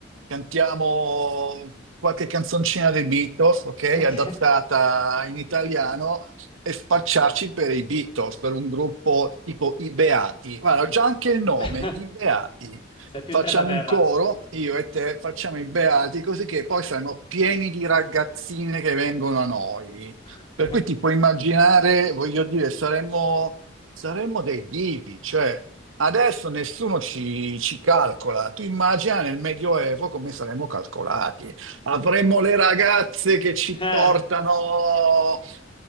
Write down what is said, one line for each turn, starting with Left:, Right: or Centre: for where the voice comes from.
Right: cantiamo qualche canzoncina dei Beatles, ok,
Left: Ok.
Right: adattata in italiano e spacciarci per i Beatles, per un gruppo tipo i Beati. Guarda, ho già anche il nome,
Left: <laughs>
Right: i Beati.
Left: Sei più
Right: Facciamo
Left: terra-terra.
Right: un coro, io e te facciamo i Beati, così che poi saremo pieni di ragazzine che vengono a noi.
Left: <laughs>
Right: Per cui ti puoi immaginare, voglio dire, saremmo, saremmo dei divi, cioè adesso nessuno ci, ci calcola. Tu immagina nel Medioevo come saremmo calcolati. Avremo le ragazze che ci
Left: Eh,
Right: portano,